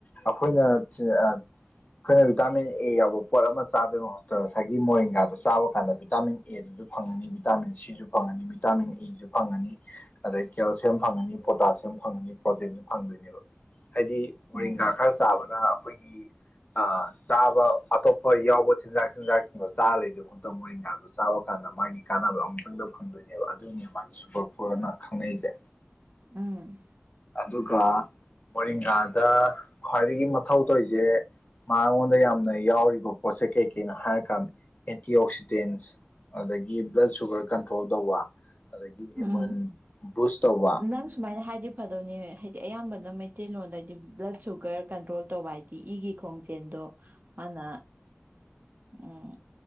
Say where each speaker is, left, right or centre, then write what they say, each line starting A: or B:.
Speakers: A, on the left; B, on the right.
A: ꯑꯩꯈꯣꯏꯅ ꯑꯥ ꯑꯩꯈꯣꯏꯅ ꯚꯤꯇꯥꯃꯤꯟ ꯑꯦ ꯌꯥꯎꯕ ꯄꯣꯠ ꯑꯃ ꯆꯥꯕꯩ ꯃꯍꯨꯠꯇ ꯉꯁꯥꯏ ꯒꯤ ꯃꯣꯔꯦꯡꯒꯥꯥꯗꯣ ꯆꯥꯕ ꯀꯥꯟꯗ ꯚꯤꯇꯥꯃꯤꯟ ꯑꯦꯗꯨꯁꯨ ꯐꯪꯉꯅꯤ ꯚꯤꯇꯥꯃꯤꯟ ꯁꯤꯁꯨ ꯐꯪꯉꯅꯤ ꯚꯤꯇꯥꯃꯤꯟ ꯏꯁꯨ ꯐꯪꯉꯅꯤ ꯑꯗꯩ ꯀꯦꯜꯁꯤꯌꯝ ꯐꯪꯉꯅꯤ ꯄꯣꯇꯥꯁꯤꯌꯝ ꯐꯪꯉꯅꯤ ꯄ꯭ꯔꯣꯇꯤꯟꯁꯨ ꯐꯪꯗꯣꯏꯅꯦꯕ ꯍꯥꯏꯗꯤ ꯃꯣꯔꯤꯡꯒꯥ
B: ꯎꯝ
A: ꯈꯔ ꯆꯥꯕꯗ ꯑꯩꯈꯣꯏꯒꯤ ꯑꯥ ꯆꯥꯕ ꯑꯇꯣꯞꯄ ꯌꯥꯎꯕ ꯆꯤꯟꯖꯥꯛ ꯆꯤꯟꯖꯥꯛ ꯆꯥꯔꯥ ꯂꯩꯗꯣꯏ ꯃꯍꯨꯠꯇ ꯃꯣꯔꯤꯡꯒꯥꯥꯗꯣ ꯆꯥꯕ ꯀꯥꯟꯗ ꯃꯥꯒꯤ ꯀꯥꯟꯅꯕꯗꯣ ꯑꯃꯨꯛꯇꯪꯗ ꯐꯪꯗꯣꯏꯅꯦꯕ ꯑꯗꯨꯏꯅꯦꯕ ꯃꯥꯁꯦ ꯁꯨꯄꯔ ꯐꯨꯗ ꯑꯅ ꯈꯪꯅꯩꯁꯦ
B: ꯎꯝ
A: ꯑꯗꯨꯒ ꯃꯣꯏꯔꯤꯡꯒꯥꯗ ꯈ꯭ꯋꯥꯏꯗꯒꯤ ꯃꯊꯧ ꯇꯧꯔꯤꯖꯦ ꯃꯥꯉꯣꯟꯗ ꯌꯥꯝꯅ ꯌꯥꯎꯔꯤꯕ ꯄꯣꯠꯁꯦ ꯀꯩꯀꯩꯅꯣ ꯍꯥꯏꯔꯀꯥꯟꯗ ꯑꯦꯟꯇꯤ ꯑꯣꯛꯁꯤꯗꯦꯟꯁ ꯑꯗꯒꯤ ꯕ꯭ꯂꯠ ꯁꯨꯒꯔ ꯀꯟꯇ꯭ꯔꯣꯜ ꯇꯧꯕ ꯑꯗꯒꯤ
B: ꯎꯝ
A: ꯏꯃꯨꯟ ꯕꯨꯁ ꯇꯧꯕ
B: ꯅꯪ ꯁꯨꯃꯥꯏꯅ ꯍꯥꯏꯗꯤ ꯐꯗꯧꯅꯦ ꯍꯥꯏꯗꯤ ꯑꯌꯥꯝꯕꯅ ꯃꯩꯇꯩꯂꯣꯟꯗ ꯍꯥꯏꯗꯤ ꯕ꯭ꯂꯠ ꯁꯨꯒꯔ ꯀꯟꯇ꯭ꯔꯣꯜ ꯇꯧꯕ ꯍꯥꯏꯗꯤ ꯏꯒꯤ ꯈꯣꯡ ꯌꯦꯟꯗꯣ ꯃꯥꯅ ꯎꯝ